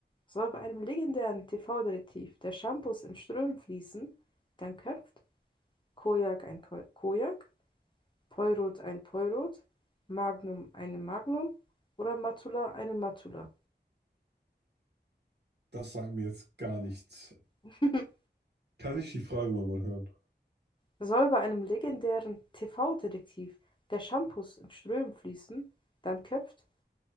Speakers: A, on the left; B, on the right.
A: soll bei einem legendären TV-Detektiv der Shampoos in Strömen fließen, dann köpft Kojak ein Ko Kojak, Poirot ein Poirot, Magnum eine Magnum oder Matula eine Matula.
B: Das sagt mir jetzt gar nichts.
A: <laughs>
B: Kann ich die Frage nochmal hören?
A: Soll bei einem legendären TV-Detektiv der Shampoos in Strömen fließen, dann köpft